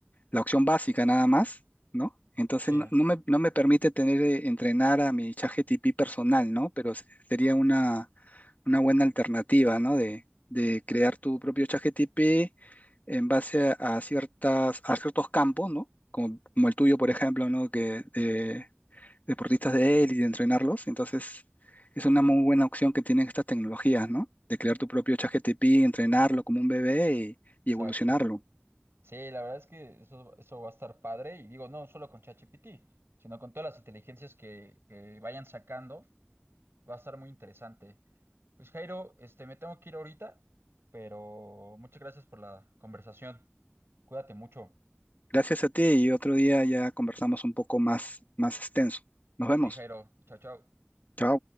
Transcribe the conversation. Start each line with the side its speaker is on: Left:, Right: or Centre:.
Left: la opción básica nada más, ¿no? Entonces
Right: Sí,
Left: no, no me, no me permite tener, eh, entrenar a mi ChatGPT personal, ¿no? Pero se- sería una, una buena alternativa, ¿no? De, de crear tu propio ChatGPT en base a, a ciertas, a ciertos campos, ¿no? Como, como el tuyo, por ejemplo, ¿no? Que de deportistas de élite, de entrenarlos. Entonces, es una muy buena opción que tienen estas tecnologías, ¿no? De crear tu propio ChatGPT, entrenarlo como un bebé y,
Right: exacto.
Left: y evolucionarlo.
Right: Sí, la verdad es que eso, eso va a estar padre. Y digo, no solo con ChatGPT, sino con todas las inteligencias que, que vayan sacando Va a estar muy interesante. Pues Jairo, este, me tengo que ir ahorita, pero muchas gracias por la conversación. Cuídate mucho.
Left: Gracias a ti y otro día ya conversamos un poco más, más extenso. Nos vemos.
Right: Sí, Jairo. Chao, chao.
Left: Chao.